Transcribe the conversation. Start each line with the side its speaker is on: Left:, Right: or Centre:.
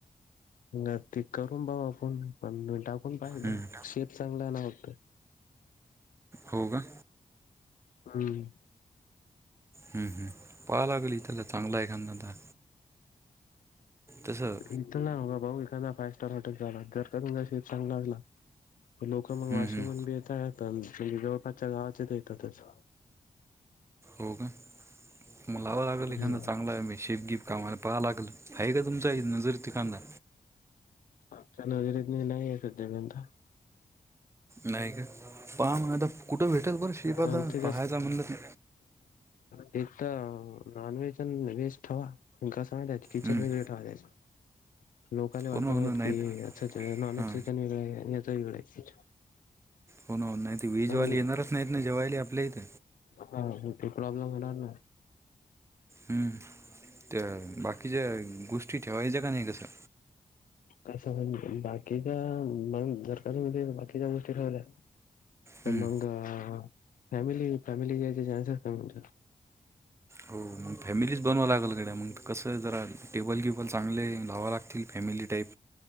Left: म ते करून पाहू आपण पण टाकून पाहू एकदा
Right: हम्म
Left: शेत चांगला ना होतं?
Right: हो का!
Left: हम्म!
Right: हम्म पाह लागेल इथला चांगल एखादा. तसं
Left: इथं ना भाऊ एखादा फायव स्टार हॉटेल झाला जर का तुमचा शेेत चांगला असला लोकं मग
Right: हम्म
Left: वाशमन
Right: हम्म
Left: बी येतात आता जे जवळपासच्या गावाात येतातच.
Right: हो का? मुला बळच
Left: हम्म
Right: लिखाण चांगला आहे मी शेफगिफ कामायला पाहाव लागल आहे का तुमचा नजरत एखादा?
Left: आमच्या नजरेत नाही ना सध्या!
Right: नाही का, पहा मग आता कुठे भेटेल बरं शेप
Left: पण
Right: आता
Left: ते
Right: पहायचा म्हणलं की?
Left: हित नॉनव्हेज आणि व्हेज ठेवा. आणि कसं माहित आहे का किचन
Right: हम्म.
Left: वेगळं ठेवा. लोकाला वाटला
Right: हो ना हो
Left: पाहिजे
Right: ना
Left: की
Right: नाहीत
Left: अस नॉनव्हेज
Right: हां
Left: किचन वेगळ आणि याचा वेगळा आहे.
Right: होणा नाही ते व्हेज
Left: आणि
Right: वाले येणारच नाहीत ना जेवायला आपल्याहीत.
Left: हा म ते प्रॉब्लेम होणार ना!
Right: हम्म त्या बाकीच्या गोष्टी ठेवायचं का नाही कसं?
Left: आस म्हण बाकीच्या सरकारी च्या गोष्टी ठेवल्या
Right: हम्म.
Left: मग फॅमिली फॅमिलीयचे चान्सेस कमी आहेत.
Right: हो मग फॅमिलीच बनवांय लागल गाड्या मग कसं जरा टेबल टेबल चांगले लावंव लागतील फॅमिली टाईप.